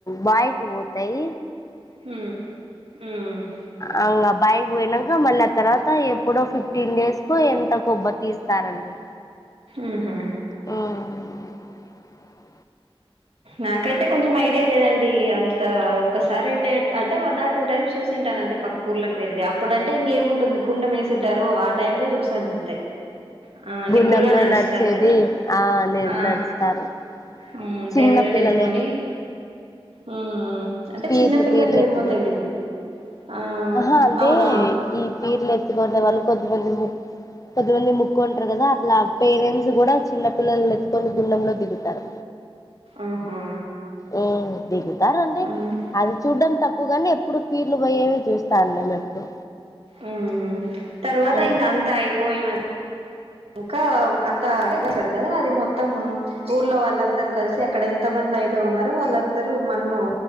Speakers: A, on the left; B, on the right.
A: బాయికి పోతయి
B: హ్మ్ మ్
A: అంగ ఆ బాయికి వొయినంక మళ్ళీ ఆ తర్వాత ఎప్పుడో ఫిఫ్టీన్ డేస్ కొ ఎంతకొ అబ్బ తీస్తారండి
B: ఊహు
A: ఓహ్
B: నాకైతే కొంచెం ఐడియా లేదండి అంత ఒక్కసారైటెట్ అంటే వన్ అర్ టూ టైమ్స్ చూసింటాను అంతే పక్ కూర్లకు వెళ్ళి అప్పుడు అంటే ఇంగేముంటుంది గుండెం ఎసుంటారు ఆ టైమ్ లో చూసాను అంతే ఆ
A: గుండంలో
B: నిపుల్లో నడుస్తారు
A: నడిచేది
B: కదా
A: ఆ నే
B: ఆ
A: నడుస్తారు
B: హుమ్
A: చిన్న
B: దేవుళ్ళని
A: పిల్లలు
B: ఎత్తుకొని ఊ ఊ అంటే
A: పీర్లు
B: చిన్నపిల్లల్లో
A: పీర్లు ఎత్తుకొని
B: ఏమో తెలిదండి ఆ
A: ఆహా అంటే
B: అవునవును
A: ఈ పీర్లు ఎత్తుకునే వాళ్ళు కొద్దిమంది ము కొద్దిమంది మొక్కుంటరు కదా అట్లా పేరెంట్స్ గూడ చిన్న పిల్లల్ని ఎత్తుకొని గుండెంలో దిగుతారు
B: ఆహా
A: ఊ దిగుతారు అంటె
B: ఉమ్
A: అది చూడ్డం తక్కువ గాని ఎప్పుడు పీర్లు పోయేవి చూస్తా అండి మేం ఎప్పుడు
B: మ్ తర్వాత
A: మ్మ్
B: ఇంగ అంతా అయిపోయిన కా అంత అడిగితారు కదా అది మొత్తం ఊర్లో వాళ్ళందరూ కలిసి అక్కడ ఎంత మంది అయితే ఉన్నారో వాళ్ళందరూ మన్ను